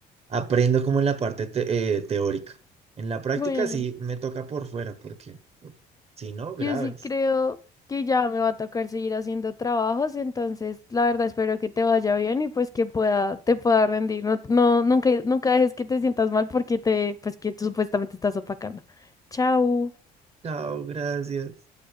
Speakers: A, on the right; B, on the left.
A: aprendo como en la parte te- eh, teórica. En la práctica
B: bueno.
A: sí me toca por fuera, porque si no, graves.
B: Yo sí creo que ya me va a tocar seguir haciendo trabajos, entonces la verdad espero que te vaya bien y pues que pueda, te pueda rendir. No, no, nunca, nunca dejes que te sientas mal porque te, pues que tú supuestamente estás opacando. Chao.
A: Chao, gracias.